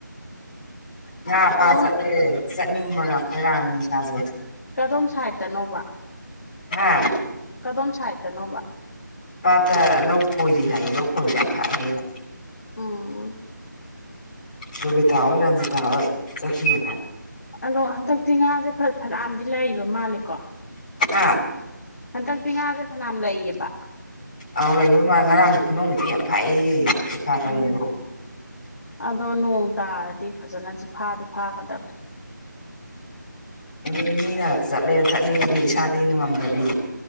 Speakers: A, on the left; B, on the left.
A: ꯉꯥ ꯐꯥ
B: ꯀꯗꯣꯝ
A: ꯆꯠꯂꯦ ꯆꯠꯅꯤꯡꯕꯅ ꯈꯣꯏꯔꯥꯡꯅꯤ ꯏꯁꯥꯁꯦ
B: ꯀꯗꯣꯝ ꯁꯥꯏꯠꯇꯅꯣꯕ
A: ꯑ
B: ꯀꯗꯣꯝ ꯁꯥꯏꯠꯇꯅꯣꯕ
A: ꯄꯥꯠꯇ ꯂꯧ ꯈꯣꯏꯗꯤ ꯍꯥꯏꯌꯦ ꯂꯧ ꯈꯣꯏꯕꯗ ꯌꯥꯝ ꯐꯥꯏꯌꯦꯡꯉ
B: ꯎꯝ
A: ꯔꯕꯤꯇꯥ ꯍꯣꯢ ꯔꯟꯖꯤꯇꯥ ꯍꯣꯢ ꯆꯁꯤꯅ
B: ꯑꯗꯣ ꯍꯟꯗꯛꯇꯤ ꯉꯥꯁꯦ ꯐꯅꯥꯝꯗꯤ ꯂꯩꯕ ꯃꯥꯜꯂꯦꯀꯣ
A: ꯑꯥ
B: ꯍꯟꯗꯛꯇꯤ ꯉꯥꯁꯦ ꯐꯅꯌꯥꯝ ꯂꯩꯌꯦꯕ
A: ꯑꯥꯎ ꯂꯩꯕ ꯃꯥ ꯉꯔꯥꯡꯁꯨ ꯈꯨꯅꯨꯡꯧ ꯅꯨꯄꯤ ꯌꯥꯝ ꯐꯩꯌꯦ ꯂꯩꯦꯈꯥ ꯄꯔꯦꯡꯗꯣ
B: ꯎꯝ ꯑꯗꯣ ꯅꯣꯡ ꯇꯥꯔꯗꯤ ꯐꯖꯅ ꯐꯥꯗꯤ ꯐꯥꯒꯗꯕꯅꯤ
A: ꯑꯗꯨ ꯃꯤꯅ ꯆꯠꯂꯦ ꯆꯠꯅꯤꯡꯉꯒꯤ ꯏꯁꯥꯗ ꯅꯨꯡꯉꯝꯗꯕꯤ